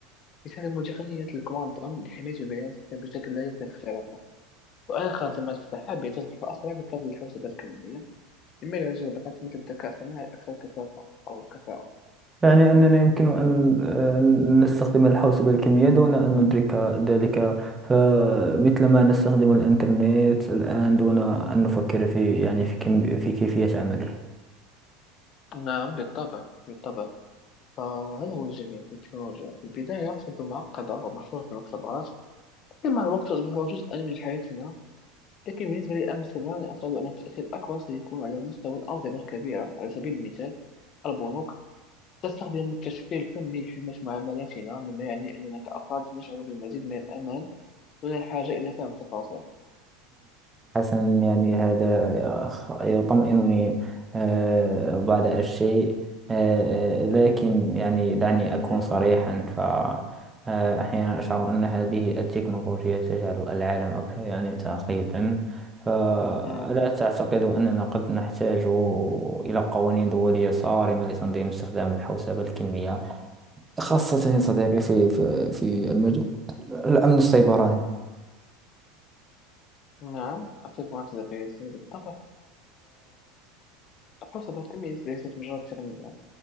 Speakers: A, on the left; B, on the right.
A: يستخدم تقنية الكوانتم لحماية البيانات بشكل لا يمكن اختراقه وآخر دمج سحابي تصبح أسرع بفضل الحوسبة الكمية مما يعزز بقات مثل الذكاء الصناعي أكثر كثافة أو كفاءة
B: يعني أننا يمكن أن أن نستخدم الحوسبة الكمية دون أن ندرك ذلك فمثلما نستخدم الإنترنت الآن دون أن نفكر في يعني في كم في كيفية عمله
A: نعم بالطبع بالطبع فهذا هو الجميل في التكنولوجيا في البداية تبدو معقدة ومحصورة في المختبرات لكن مع الوقت تصبح جزءا من حياتنا لكن بالنسبة للأمن السيبراني أعتقد أن التأثير الأكبر سيكون على مستوى الأنظمة الكبيرة على سبيل المثال البنوك تستخدم التشفير الكمي لحماية معاملاتنا مما يعني أننا كأفراد سنشعر بالمزيد من الأمان دون الحاجة إلى فهم التفاصيل
B: حسنا يعني هذا يخ- يطمئنني آه، بعض الشيء آه، آه، لكن يعني دعني أكون
A: مم.
B: صريحا فأحيانا أشعر أن هذه التكنولوجيا تجعل العالم أكثر يعني تعقيدا فلا
A: مم.
B: تعتقد أننا قد نحتاج إلى قوانين دولية صارمة لتنظيم استخدام الحوسبة الكمية خاصة يا صديقي في في في المجال الأمن السيبراني
A: نعم أتفق معك صديقي سامي بالطبع الحوسبة الكمية ليست مجرد تقنية